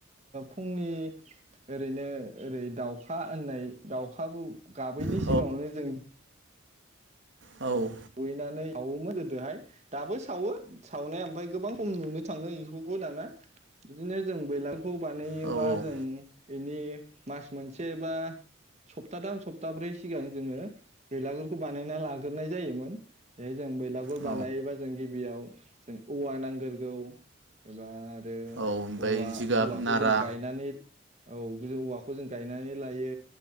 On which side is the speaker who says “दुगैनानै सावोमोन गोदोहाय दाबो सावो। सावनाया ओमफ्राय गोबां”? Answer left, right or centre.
Right